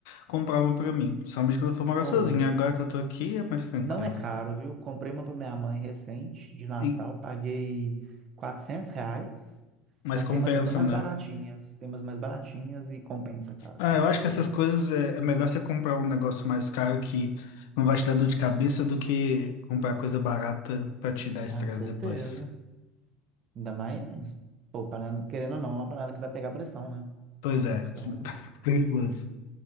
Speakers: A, on the left; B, on the right.
A: comprar uma pra mim. Somente quando eu for morar
B: ou
A: sozinho. Agora que eu tô aqui, é mais tranquilo.
B: não é caro, viu? Comprei uma para minha mãe recente, de Natal,
A: E,
B: paguei 400 reais,
A: mas
B: mas
A: compensa,
B: tem umas até mais
A: né?
B: baratinhas, tem umas mais baratinhas e compensa, cara,
A: Ah,
B: compensa
A: eu acho que essas
B: muito.
A: coisas é, é melhor você comprar um negócio mais caro que não vai te dar dor de cabeça do que comprar coisa barata pra te dar estresse
B: Ah, com certeza.
A: depois.
B: Ainda mais, pô, panela, querendo ou não, é uma panela que vai pegar pressão, né?
A: Pois é,
B: Então,
A: <laughs> perigoso.